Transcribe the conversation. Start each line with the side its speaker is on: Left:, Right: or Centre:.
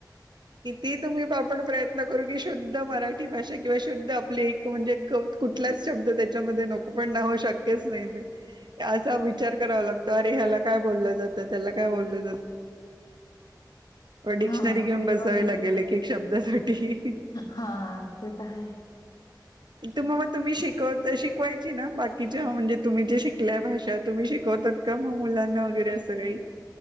Right: किती तुम्ही आपण प्रयत्न करू की शुद्ध.. मराठी भाषा किंवा शुद्ध आपली म्हणजे कुठलाच शब्द त्याच्यामध्ये नको.. पण शक्यच नाही असा विचार करावा लागतो अरे ह्याला काय बोललं जातं त्याला काय... ज डिक्शनरी
Left: हा
Right: घेऊन
Left: ते
Right: बसले.
Left: पण
Right: लागेल की शब्दासाठी..
Left: हा ते तर आहे.
Right: तुम्हा म.. तुम्ही शिकवत शिकवायची ना बाकीच्या म्हणजे तुम्ही जे शिकल्याय भाषा तुम्ही शिकवत.. का म मुलांना वगैरे असं काही..